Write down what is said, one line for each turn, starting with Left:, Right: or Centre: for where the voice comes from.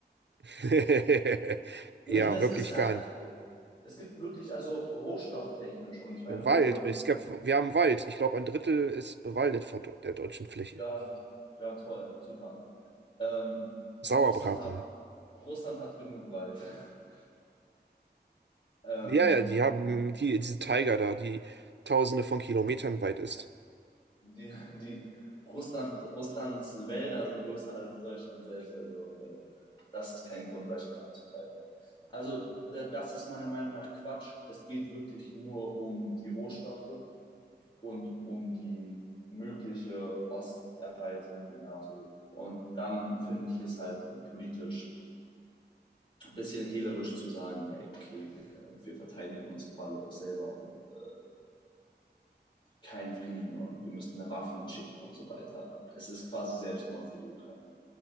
Right: <laughs>
Left: Nee,
Right: Ja,
Left: das
Right: wirklich
Left: ist ja
Right: gern.
Left: einfach. Es gibt wirklich, also rohstofftechnisch, und ich meine,
Right: Wald,
Left: Rohstoffe
Right: es
Left: sind
Right: gab, wir haben Wald. Ich glaube, ein Drittel ist bewaldet von der deutschen Fläche.
Left: ja, ja toll, super. Ähm,
Right: Sauerbraten.
Left: Russland hat, Russland hat genug Wald. <laughs> Ähm,
Right: Ja, ja, die haben die, diese Tiger da, die tausende von Kilometern weit ist.
Left: Die, die Russland, Russlands Wälder sind größer als Deutschland selbst. Also äh, das ist kein Grund, Deutschland anzugreifen. Also da, das ist meiner Meinung nach Quatsch. Es geht wirklich nur um die Rohstoffe und um die mögliche Osterweiterung der NATO. Und dann finde ich es halt äh, politisch ein bisschen hehlerisch zu sagen, ey, okay, äh, wir verteidigen uns quasi auch selber und äh, keinen Frieden und wir müssen da Waffen schicken und so weiter. Es ist quasi Selbstmord für die Ukraine.